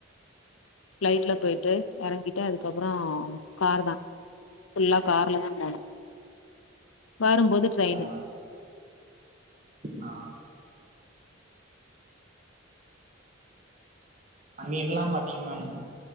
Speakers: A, on the left; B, on the right.
A: பிளைட்ல போயிட்டு எறங்கிட்டு அதுக்கப்பறோ கார்தா ஃபுல்லா கார்ல தா போனோ வாரும்போது ட்ரெய்னு
B: ஆ ஆ அங்க என்னல்லா பாத்தீங்க மேம்